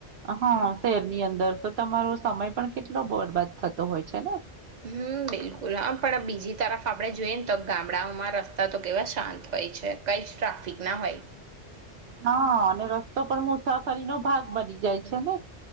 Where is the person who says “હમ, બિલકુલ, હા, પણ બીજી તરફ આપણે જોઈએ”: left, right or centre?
Right